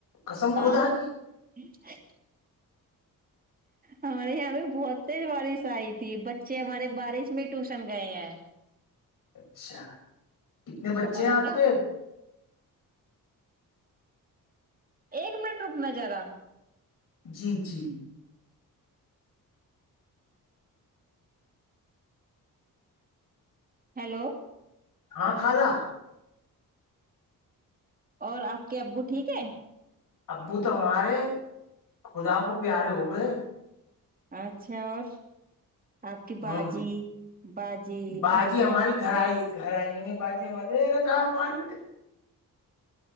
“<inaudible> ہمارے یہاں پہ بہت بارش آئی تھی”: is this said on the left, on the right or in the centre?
Right